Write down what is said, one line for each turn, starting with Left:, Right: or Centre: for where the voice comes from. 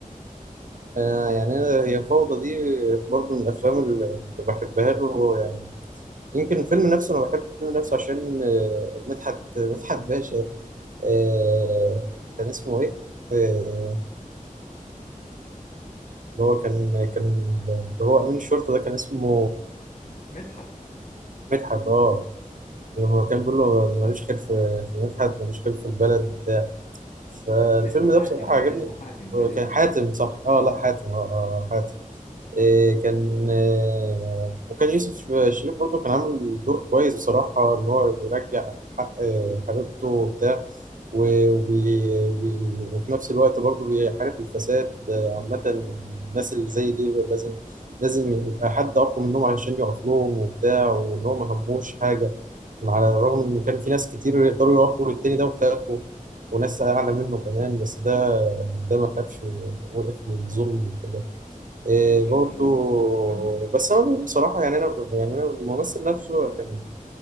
Right: آه يعني انا هي فوضى دي برضو من الافلام اللي بحبها له يعني يمكن الفيلم نفسه انا بحب الفيلم نفسه عشان آه، مدحت مدحت باشا آه كان اسمه ايه؟ آه اللي هو كان كان اللي هو امين الشرطه ده كان اسمه
Left: مدحت
Right: مدحت اه لما كان بيقول له ماليش خير في في مدحت ماليش خير في البلد بتاع فالفيلم
Left: اللي اسمه حاتم
Right: ده بصراحه
Left: كان
Right: عجبني
Left: اسمه حاتم تقريبا
Right: كان حاتم صح اه
Left: اه
Right: لا حاتم اه, آه آه، حاتم إيه كان آه، وكان يوسف شريف برضه كان عامل دور كويس بصراحة إن هو بيرجع حق آه، حبيبته وبتاع و- وبي وبي- وفي نفس الوقت برضه بيحارب الفساد آه، عامة الناس اللي زي دي لازم لازم يبقى حد أقوى منهم علشان يقف لهم وبتاع وإن هو ما هموش حاجة على الرغم إن كان في ناس كتير يقدروا يقفوا للتاني ده وخافوا وناس أعلى منه كمان بس ده ده ما خافش ووقف للظلم وكده. إيه
Left: ايوه
Right: برضو
Left: ايوه ايوه ايوه فاهمك فاهمك
Right: بس انا بصراحه يعني انا يعني انا الممثل نفسه كان